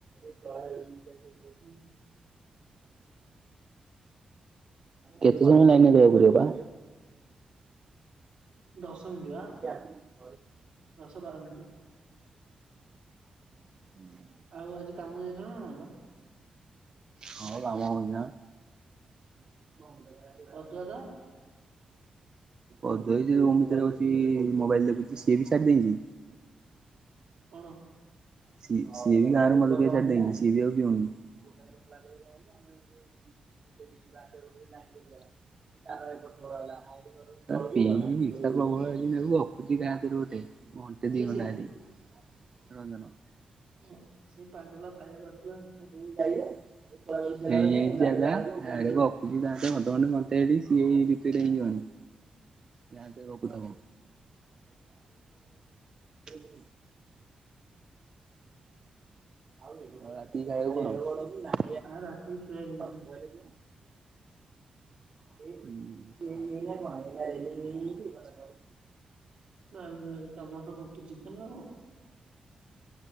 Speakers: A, on the right (about 30°); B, on the right (about 60°).
A: <inaudible>
B: ହୁଁ।
A: କେତେ ସମୟ ଲାଇନ୍ ରହିବାକୁ ପଡିବ ବା।
B: ଦଶ ମିନିଟ୍ ବା।
A: ଟା <unintelligible>
B: ଦଶ ବାର ମିନିଟ।
A: <inaudible>
B: ଆଉ ଆଜି କାମ ଯାଇଥିଲ ନା ନାହିଁ ବା?
A: ହଁ କାମ <unintelligible> <inaudible>
B: ପଦୁଆ ଦା
A: ଅଧହି ଯେ ରୁମ୍ ଭିତରେ ଅଛି ମୋବାଇଲ ଦେଖୁଛି ସିଏ ବି ଛାଡ଼ି ଦେଇଛି।
B: କଣ?
A: ସି ସିଏବି ଗାଁରେ ମଦ ପିଇବା ଛାଡ଼ି ଦେଇଚି ସିଏବି ଆଉ ପିଉନି। <inaudible> <inaudible> ତା ପିଏଇକି ନିଶା ପ୍ରବଳ ହେଟି ଗୋପୁଚି କାହା ସହିତ ଗୋଟେ। ଘଣ୍ଟେ ଦି
B: କିଏ
A: ଘଣ୍ଟା
B: ସେ?
A: ହେଟି ରଞ୍ଜନ।
B: ହ ସେ ପାଗଲା ବାୟା ବାସୁଆ।
A: ମୁ ଯାଇବେ। ହେଇଯାଇଛି ଆ ଯା ହା ଗପୁଚି ତା ସହ ଅଧ ଘଣ୍ଟେ ଘଣ୍ଟେ ହେଇଟି ସିଏବି ଇରିଟେଡ଼ ହେଇଯିବଣିି।
B: <inaudible>
A: ଯାହେନେ ଟିକେ ଗପୁଥିବ <unintelligible> ଆଉ ରାତିକି ଖାଇବାକୁ କଣ?
B: ର ରାତି ସୋୟାବିନ।
A: <unintelligible> <unintelligible>
B: ସନ୍ଧ୍ୟାବେଳେ ତମର ତ ରୁଟି ଚିକେନ ଆଉ।